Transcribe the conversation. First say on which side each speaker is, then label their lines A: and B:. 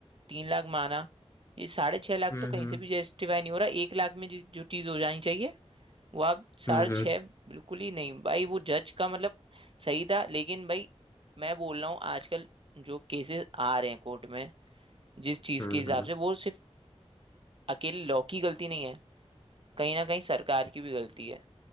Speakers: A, on the right; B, on the left.
A: तीन लाख माना ये साढ़े छह लाख
B: हम्म
A: तो कहीं
B: हम्म
A: से भी जस्टिफाई नहीं हो रहा एक लाख में जिस जो चीज़ हो जानी चाहिए वो आप साढ़े
B: हम्म
A: छह बिल्कुल ही नहीं भाई वो जज का मतलब सही था लेकिन भाई मैं बोल रहा हूँ आजकल जो केसेस आ रहे हैं कोर्ट में जिस चीज़
B: हम्म
A: के हिसाब
B: हम्म हम्म।
A: से वो सिर्फ अकेले लॉ की गलती नहीं है कहीं ना कहीं सरकार की भी गलती है